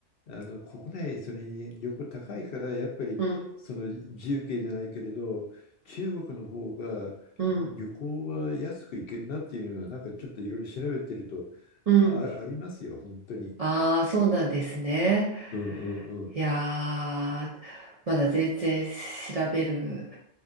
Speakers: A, on the left; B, on the right.
A: あの国内、それに旅行高いから、やっぱりその自由形じゃないけれど、
B: うん
A: 中国の方が旅行は安く行けるなっていうのは、
B: うん
A: なんかちょっといろいろ調べてると
B: うん。
A: あ、ありますよ、本当に。
B: ああー、そうなんですね。
A: うんうん
B: いやー、まだ全然調べる。